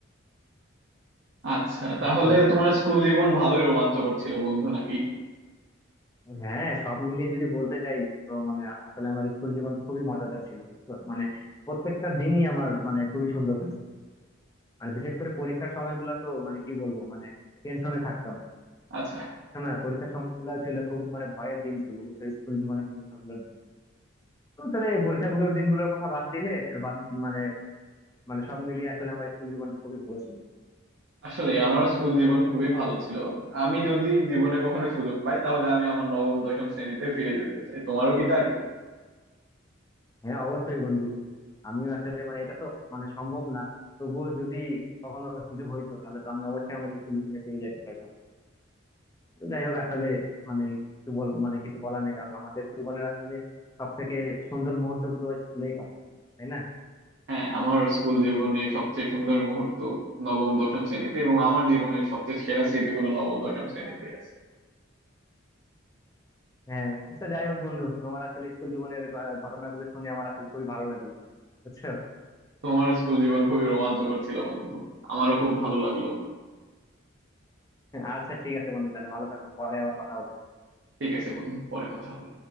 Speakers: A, on the right; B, on the left.
A: আচ্ছা
B: বুঝছো
A: তাহলে তোমার স্কুল জীবন ভালোই রোমাঞ্চকর ছিল বন্ধু নাকি
B: হ্যাঁ সব মিলিয়ে যদি বলতে যাই তো মানে আসলে আমার স্কুল জীবনটা খুবই মজাদার ছিল বুঝছো মানে প্রত্যেকটা দিনই আমার মানে খুবই সুন্দর কাটছে মানে বিশেষ করে পরীক্ষার সময়গুলো তো মানে কি বলবো মানে টেনশনে থাকতাম
A: আচ্ছা
B: শোনা পরীক্ষার সময়গুলো ছিল খুবই মানে ভয়ের দিন ছিল বুঝছো স্কুল জীবনের পরীক্ষাগুলোর দিন তো আসলে এই পরীক্ষাগুলোর দিনগুলোর কথা বাদ দিলে বাদ মানে মানে সব মিলিয়ে আসলে আমার স্কুল জীবনটা খুবই ভালো ছিল
A: আসলে আমার স্কুল জীবন খুবই ভালো ছিল আমি যদি জীবনে কখনো সুযোগ পাই তাহলে আমি আমার নবম দশম শ্রেণীতে ফিরে যেতে চাই তোমারও কি তাই
B: হ্যাঁ অবশ্যই বন্ধু আমিও আসলে মানে এটা তো মানে সম্ভব না তবুও যদি কখনো সুযোগ হইতো তাহলে তো আমি অবশ্যই আমার স্কুল জীবনে ফিরে যেতে চাইতাম তো যাই হোক আসলে মানে কিছু বল মানে কিছু বলার নেই কারণ আমাদের জীবনের আসলে সব থেকে সুন্দর মুহূর্ত গুলো স্কুলেই কাটে তাই না
A: হ্যাঁ আমার স্কুল জীবনে সবচেয়ে সুন্দর মুহূর্ত নবম দশম শ্রেণীতে এবং আমার জীবনের সবচেয়ে সেরা স্মৃতিগুলো নবম দশম শ্রেণীতে আছে
B: হ্যাঁ আচ্ছা যাই হোক বন্ধু তোমার আসলে স্কুল জীবনের আহ, ঘটনাগুলো শুনে আমার আসলে খুবই ভালো লাগলো বুঝছো
A: তোমার স্কুল জীবন খুবই রোমাঞ্চকর ছিল বন্ধু আমারও খুব ভালো লাগলো
B: আচ্ছা ঠিক আছে বন্ধু তাহলে ভালো থাকো পরে আবার কথা হবে
A: ঠিক আছে বন্ধু পরে কথা হবে